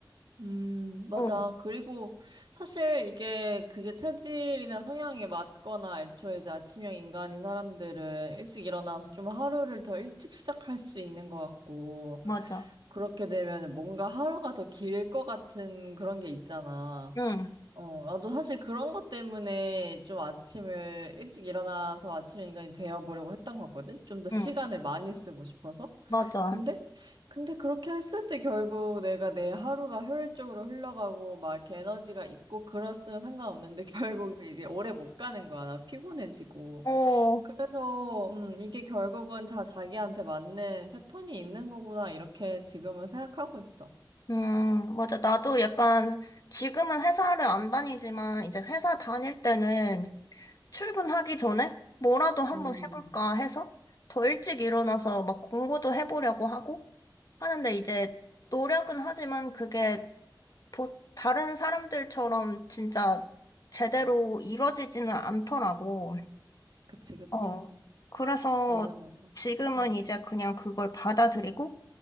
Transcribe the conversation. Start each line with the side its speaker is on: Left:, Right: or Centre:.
Right: 음, 맞아.
Left: 어,
Right: 그리고 사실 이게 그게 체질이나 성향이 맞거나 애초에 이제 아침형 인간인 사람들은 일찍 일어나서 좀 하루를 더 일찍 시작할 수 있는 것 같고,
Left: 맞아.
Right: 그렇게 되면 뭔가 하루가 더 길 것 같은 그런 게 있잖아.
Left: 응,
Right: 어, 나도 사실 그런 것 때문에 좀 아침을 일찍 일어나서 아침 인간이 되어보려고 했던 거거든? 좀 더 시간을
Left: 응,
Right: 많이 쓰고 싶어서.
Left: 맞아.
Right: 근데, 근데 그렇게 했을 때 결국 내가 내 하루가 효율적으로 흘러가고 막 이렇게 에너지가 있고 그랬으면 상관없는데 <laughs> 결국 이제 오래 못 가는 거야. 나 피곤해지고.
Left: 어,
Right: 그래서, 음, 이게 결국은 다 자기한테 맞는 패턴이 있는 거구나. 이렇게 지금은 생각하고 있어.
Left: 음, 맞아. 나도 약간, 지금은 회사를 안 다니지만, 이제 회사 다닐 때는 출근하기 전에 뭐라도 한번
Right: 음,
Left: 해볼까 해서 더 일찍 일어나서 막 공부도 해보려고 하고 하는데 이제 노력은 하지만 그게 보, 다른 사람들처럼 진짜 제대로 이뤄지지는 않더라고.
Right: 그치, 그치.
Left: 어. 그래서
Right: 맞아, 맞아.
Left: 지금은
Right: 음.
Left: 이제 그냥 그걸 받아들이고,